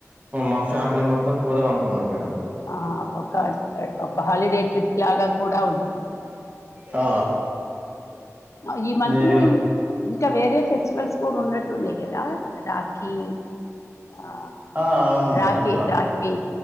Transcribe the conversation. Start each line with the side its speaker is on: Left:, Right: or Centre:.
Right: మా ఫ్యామిలీ మొత్తం పోదాం అనుకున్నాం మేడం
Left: ఆ ఒక ఒక హాలిడే ట్రిప్ లాగా కూడా ఉంటుంది
Right: ఆ
Left: అ ఈ మంత్లో
Right: మీరు
Left: ఇం ఇంకా వేరే ఫెస్టివల్స్ కూడా ఉన్నట్టున్నాయి కదా రాఖీ ఆ
Right: ఆ అవును
Left: రాఖీ
Right: మేడం
Left: రాఖీ